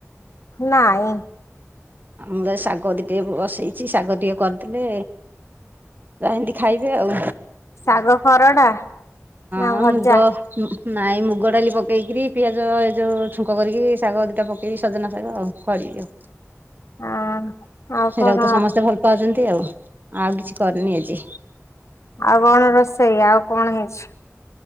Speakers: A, on the left; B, on the right.
A: ନାଇ।
B: ଆଉ ମୁଁ ଶାଗିକେ ବସେଇଛି ଶାଗ ଟିକେ କରିଥୀଲେ। ଏମତି ଖାଇବେ ଆଉ
A: ଶାଗ ଖରଡା ନା
B: ହଁ
A: ଭଜା
B: ମୁଗ। ନାଇଁ ମୁଗ ଡାଲି ପକେଇକରି ପିଆଜ ଏ ଯୋଉ ଛୁଙ୍କ କରିକି ଶାଗ ଦିଟା ପକେଇବି ସଜନା ଶାଗ ଆଉ କରିବି ଆଉ।
A: ହଁ। ଆଉ
B: ସେଟାକୁ
A: କଣ
B: ତ ସମସ୍ତେ ଭଲ ପାଉଛନ୍ତି ଆଉ। ଆଉ କିଛି କରିନି ଆଜି
A: ଆଉ କଣ ରୋଷେଇ ଆଉ? କଣ ହେଇଛି?